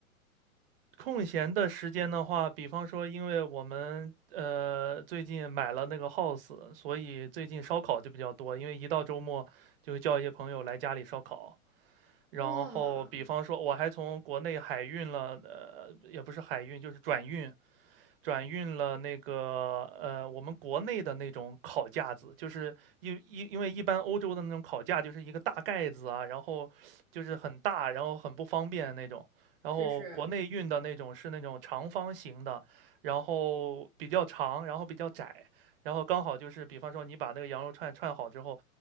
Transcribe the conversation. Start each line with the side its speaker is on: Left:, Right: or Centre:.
Right: 空闲的时间的话，比方说，因为我们呃最近买了那个 house，所以最近烧烤就比较多。因为一到周末，就会叫一些朋友来家里烧烤，然后，
Centre: 哇，
Right: 比方说，我还从国内海运了，呃，也不是海运，就是转运，转运了那个，呃，我们国内的那种烤架子，就是因因因为一般欧洲的那种烤架就是一个大盖子啊，然后就是很大，然后很不方便那种。然后国内运的那种是那种长方形的，
Centre: 试试。
Right: 然后比较长，然后比较窄，然后刚好就是，比方说你把那个羊肉串串好之后，